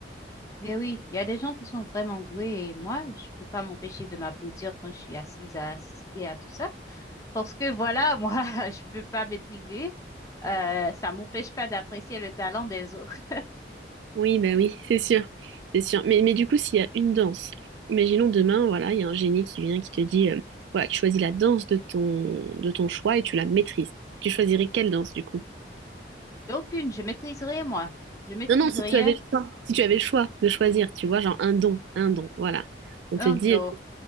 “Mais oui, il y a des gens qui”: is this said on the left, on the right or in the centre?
Left